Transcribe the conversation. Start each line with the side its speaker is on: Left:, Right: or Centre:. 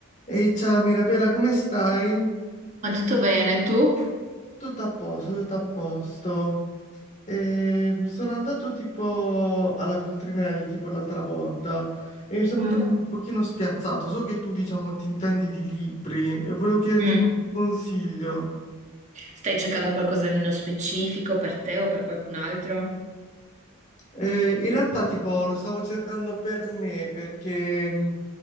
Left: Ehi, ciao Mirabella, come stai?
Right: Ma tutto bene, tu?
Left: Tutto a posto, tutto a posto. E sono andato tipo alla Feltrinelli tipo l'altra volta e mi sono
Right: Mm.
Left: trovato un pochino spiazzato. So che tu, diciamo, ti intendi di libri e volevo chiederti
Right: Mm.
Left: qualche consiglio.
Right: Stai cercando qualcosa nello specifico per te o per qualcun altro?
Left: Eh, in realtà, tipo, lo stavo cercando per me perché mh,